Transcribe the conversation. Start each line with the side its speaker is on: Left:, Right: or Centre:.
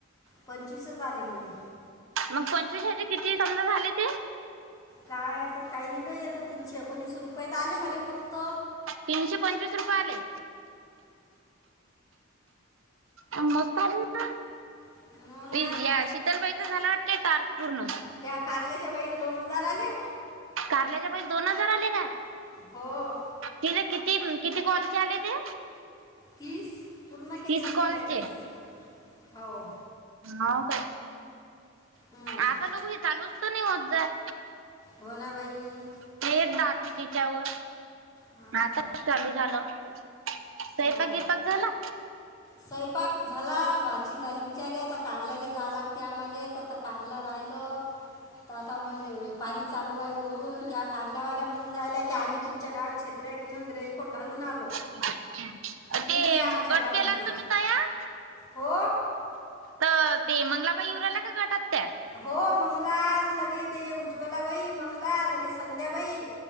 Left: पंचवीसच आले मले.
Right: मग पंचवीस ह्यजे किती समजा झाले ते.
Left: काय आता काही नाही बाई आता तीनशे एकोणीस रुपये त आले मले फक्त.
Right: तीनशे पंचवीस रुपये आले. आण मग चालेल ना.
Left: हो ना
Right: ये या शीतलबाईच झाला वाटते टार्क पूर्ण.
Left: त्या कारल्याच्या बाईला दोन हजार आले.
Right: कारल्याच्या बाईला दोन हजार आले का?
Left: हो.
Right: तिनं किती किती कॉलचे आले ते?
Left: तीस पूर्ण केले
Right: तीस
Left: म्हणती
Right: कॉलचे.
Left: म्या तीस होव.
Right: हाव काय
Left: हम्म,
Right: आता तु चालूच तर नाही होत जाय.
Left: हो ना बाई.
Right: तेच दाखवित ह्यच्यावर
Left: हां
Right: आताच चालू झालं. स्वयपाक
Left: हो
Right: बियपाक झाला.
Left: स्वयंपाक झाला भाजी झाली बिचारे आता कारल्याले जा लागते आम्हाले तर आता कारला राहिल तर आता म्हण पाणी चालू आहे वरून त्या कारल्यावाल्या म्हणून रायल्या की आम्ही तुमच्या गावात छत्र्या घेऊन आण रेनकोट घालून आलो.
Right: हा ते
Left: तुम्ही या
Right: गट
Left: आमच्या गावांले
Right: केला ना तुम्ही. तयार
Left: हो.
Right: तर ते मंगलाबाई येवू राहील्या का गटात त्या?
Left: हो मंगला आण लगे ते उज्वला बाई मंगला लगे संध्याबाई.